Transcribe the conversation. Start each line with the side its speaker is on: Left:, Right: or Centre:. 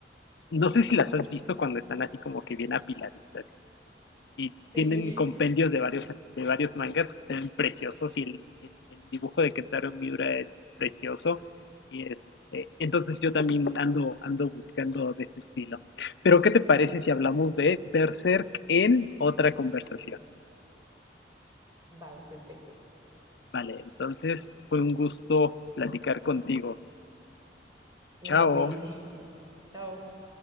Left: no sé si las has visto cuando están así como que bien apiladitas y, y
Right: Sí,
Left: tienen compendios de varios, de varios mangas que se ven preciosos y el, el- el dibujo de Kentaro Miura es precioso. Y este, entonces yo también ando, ando buscando de ese estilo. Pero ¿qué te parece si hablamos de Berserk en otra conversación?
Right: vale, perfecto.
Left: Vale, entonces fue un gusto platicar contigo.
Right: Igualmente.
Left: Chao.
Right: Bueno, Chao.